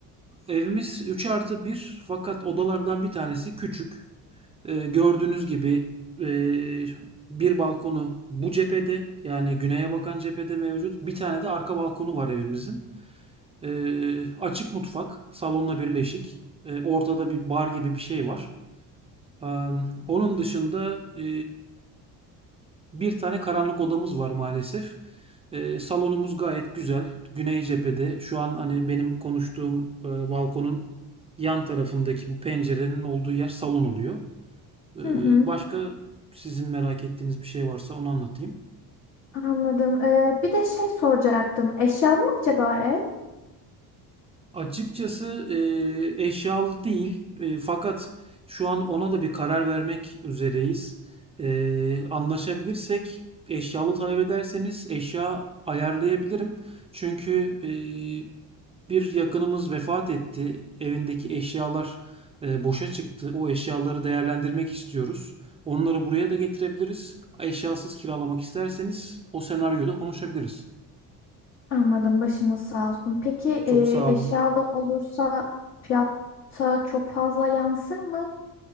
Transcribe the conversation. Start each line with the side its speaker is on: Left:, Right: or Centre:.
Right: evimiz 3 artı 1 fakat odalardan bir tanesi küçük. E, gördüğünüz gibi e, bir balkonu bu cephede yani güneye bakan cephede mevcut. Bir tane de arka balkonu var evimizin. Ee, açık mutfak, salonla birleşik. Ee, ortada bir bar gibi bir şey var. Ee, onun dışında e, bir tane karanlık odamız var maalesef. Ee, salonumuz gayet güzel. Güney cephede. Şu an hani benim konuştuğum e, balkonun yan tarafındaki bu pencerenin olduğu yer salon oluyor. Ee,
Left: Hı hı,
Right: başka sizin merak ettiğiniz bir şey varsa onu anlatayım.
Left: anladım. Ee, bir de şey soracaktım. Eşyalı mı acaba ev?
Right: Açıkçası eee, eşyalı değil Eee, fakat şu an ona da bir karar vermek üzereyiz. Eee, anlaşabilirsek eşyalı talep ederseniz eşya ayarlayabilirim. Çünkü eee, bir yakınımız vefat etti. Evindeki eşyalar eee, boşa çıktı. O eşyaları değerlendirmek istiyoruz. Onları buraya da getirebiliriz. Eşyasız kiralamak isterseniz o senaryoda konuşabiliriz.
Left: Anladım, başınız sağ olsun. Peki
Right: Çok
Left: e,
Right: sağ
Left: eşyalı
Right: olun.
Left: olursa fiyata çok fazla yansır mı?